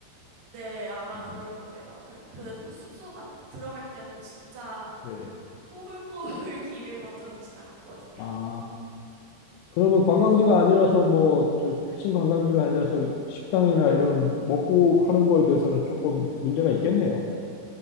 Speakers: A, on the right (about 65°); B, on the left (about 90°).
A: 네, 아마
B: 어,
A: 그럴 거예요. 그, 그
B: 아,
A: 후- 숙소가 들어갈 때도 진짜
B: 예.
A: 꼬불꼬불 <laughs> 길을 거쳐서 지나갔거든요.
B: 아, 그러면
A: 그래서
B: 관광지가 아니라서 뭐 저 핵심 관광지가 아니라서 식당이나 이런 먹고 하는 거에 대해서는 조금 문제가 있겠네요.